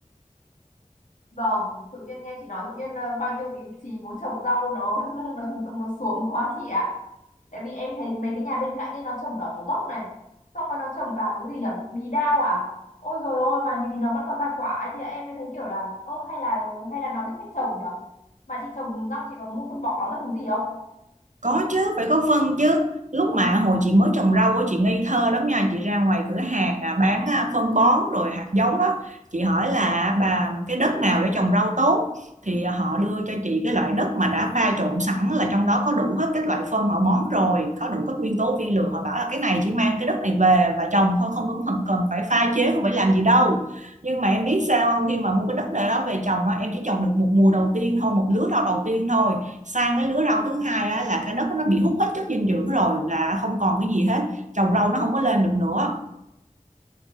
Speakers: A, on the left; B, on the right.
A: Vâng, tự nhiên nghe chị nói tự nhiên ờ, bao nhiêu ý chí muốn trồng rau nó <laughs> nó, nó nó xuống quá chị ạ. Tại vì em thấy mấy cái nhà bên cạnh ấy nó trồng cả gốc này, xong rồi nó trồng cả cái gì nhỉ? Bí đao à? Ôi rồi ôi mà nhìn nó vẫn còn ra quả ấy chị ạ. Em mới thấy kiểu là ơ hay là hay là nó biết cách trồng nhỉ? Mà chị trồng rau chị còn mua phân bón các thứ gì không?
B: Có chứ, phải có phân chứ. Lúc mà hồi chị mới trồng rau á, chị ngây thơ lắm nha. Chị ra ngoài cửa hàng à, bán à, phân bón rồi hạt giống đó. Chị hỏi là à, bà cái đất nào để trồng rau tốt. Thì à, họ đưa cho chị cái loại đất mà đã pha trộn sẵn là trong đó có đủ hết các loại phân họ bón rồi. Có đủ các nguyên tố vi lượng. Họ bảo là cái này chỉ mang cái đất này về và trồng thôi. Không có cần phải pha chế, không phải làm gì đâu. Nhưng mà em biết sao không? Khi mà mua cái đất đó về trồng á, em chỉ trồng được một mùa đầu tiên thôi. Một lứa rau đầu tiên thôi sang cái lứa rau thứ hai á, là cái đất nó bị hút hết chất dinh dưỡng rồi là không còn cái gì hết trồng rau nó không có lên được nữa